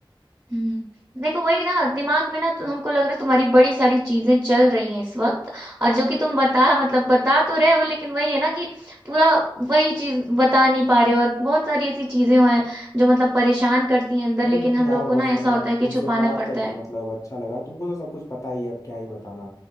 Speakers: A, on the right; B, on the left.
A: हम्म देखो वही ना दिमाग में ना तो हमको लग रहा है तुम्हारी बड़ी सारी चीजें चल रही हैं इस वक्त और जो कि तुम बता मतलब बता तो रहे हो लेकिन वही है ना कि पूरा वही चीज बता नहीं पा रहे हो और बहुत सारी ऐसी चीजें हैं जो मतलब परेशान करती हैं अंदर
B: अरे
A: लेकिन
B: नहीं
A: हम
B: यार
A: लोग को
B: बस
A: ना ऐसा
B: मतलब
A: होता है कि
B: तुमसे
A: छुपाना
B: बात
A: पड़ता
B: करके
A: है
B: मतलब अच्छा लगा तुमको तो सब कुछ पता ही है अब क्या ही बताना